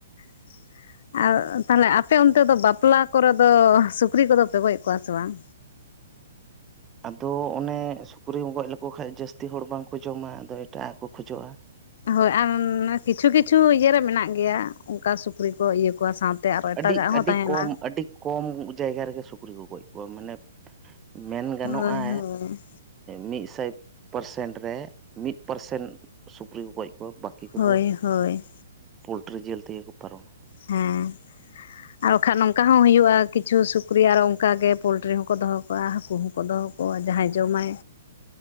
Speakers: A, on the left; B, on the right.
A: <unintelligible> ᱟᱨ ᱛᱟᱦᱞᱮ ᱟᱯᱮ ᱚᱱᱛᱮ ᱫᱚ ᱵᱟᱯᱞᱟ ᱠᱚᱨᱮ ᱫᱚ ᱥᱩᱠᱨᱤ ᱠᱚᱫᱚ ᱯᱮ ᱜᱚᱡ ᱠᱚᱣᱟ ᱥᱮ ᱵᱟᱝ
B: ᱟᱫᱚ ᱚᱱᱮ ᱥᱩᱠᱨᱤᱢ ᱜᱚᱡ ᱞᱮᱠᱚ ᱠᱷᱟᱱ ᱡᱟᱹᱥᱛᱤ ᱦᱚᱲ ᱵᱟᱝᱠᱚ ᱡᱚᱢᱟ ᱟᱫᱚ ᱮᱴᱟᱜ-ᱟᱜ ᱠᱚ ᱠᱷᱚᱡᱚᱜ-ᱟ
A: ᱦᱳᱭ ᱟᱨ ᱠᱤᱪᱷᱩ ᱠᱤᱪᱷᱩ ᱤᱭᱟᱹᱮ ᱨᱮ ᱢᱮᱱᱟᱜ ᱜᱮᱭᱟ ᱚᱱᱠᱟ ᱥᱩᱠᱨᱤ ᱠᱚ ᱤᱭᱟᱹ ᱠᱚᱣᱟ ᱥᱟᱶᱛᱮ ᱟᱨᱚ ᱮᱴᱟᱜᱟᱜ
B: ᱟᱹᱰᱤ
A: ᱦᱚᱸ
B: ᱟᱹᱰᱤ
A: ᱛᱟᱦᱮᱱᱟ
B: ᱠᱚᱢ ᱟᱹᱰᱤ ᱠᱚᱢ ᱡᱟᱭᱜᱟ ᱨᱮᱜᱮ ᱥᱩᱠᱨᱤ ᱠᱚ ᱜᱚᱡᱽ ᱠᱚᱣᱟ ᱢᱟᱱᱮ ᱢᱮᱱ ᱜᱟᱱᱚᱜ-ᱟ
A: ᱦᱳᱭ ᱦᱳᱭ
B: ᱢᱤᱫᱥᱟᱭ ᱯᱟᱨᱥᱮᱱ ᱨᱮ ᱢᱤᱫ ᱯᱟᱨᱥᱮᱱ ᱥᱩᱠᱨᱤ ᱠᱚ ᱜᱚᱡ ᱠᱚᱣᱟ ᱵᱟᱹᱠᱤ ᱠᱚᱫᱚ
A: ᱦᱳᱭ ᱦᱳᱭ
B: ᱯᱳᱞᱴᱨᱤ ᱡᱤᱞ ᱛᱮᱜᱮ ᱠᱚ ᱯᱟᱨᱚᱢᱟ
A: ᱦᱮᱸ ᱟᱨ ᱵᱟᱠᱷᱟᱱ ᱱᱚᱝᱠᱟ ᱦᱚᱸ ᱦᱩᱭᱩᱜ-ᱟ ᱠᱤᱪᱷᱩ ᱥᱩᱠᱨᱤ ᱟᱨᱚ ᱚᱱᱠᱟᱟᱜ ᱜᱮ ᱯᱳᱞᱴᱨᱤ ᱦᱚᱸᱠᱚ ᱫᱚᱦᱚ ᱠᱟᱜ-ᱟ ᱦᱟᱹᱠᱩ ᱦᱚᱸᱠᱚ ᱫᱚᱦᱚ ᱠᱚᱣᱟ ᱚ ᱡᱟᱦᱟᱸᱭ ᱡᱚᱢᱟᱭ